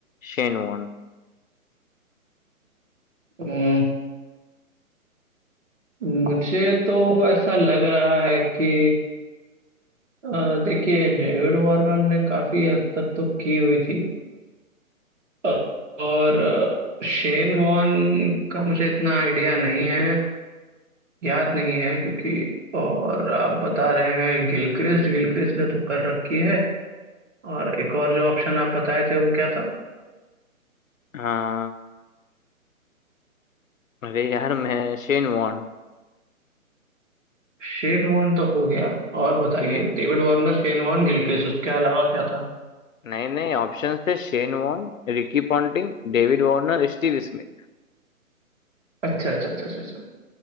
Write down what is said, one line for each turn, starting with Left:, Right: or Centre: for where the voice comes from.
Left: Shane Warne
Right: हम्म, मुझे तो ऐसा लग रहा है कि अ, देखिए डेविड वार्नर ने काफी हद तक तो की हुई थी अ, और अ, शेन वॉन का मुझे इतना आइडिया नहीं है याद नहीं है क्योंकि और आप बता रहे हैं गिलक्रिस्ट गिलक्रिस्ट ने तो कर रखी है और एक और जो ऑप्शन आप बताए थे वो क्या था
Left: हाँ अरे यार मैं शेन वॉर्न
Right: शेन वॉर्न तो हो गया और बताइए
Left: शेन
Right: David Warner Shane Warne Gilchrist उसके अलावा क्या था
Left: नहीं नहीं ऑप्शंस थे Shane Warne Ricky Ponting David Warner Steve Smith
Right: अच्छा अच्छा अच्छा अच्छा अच्छा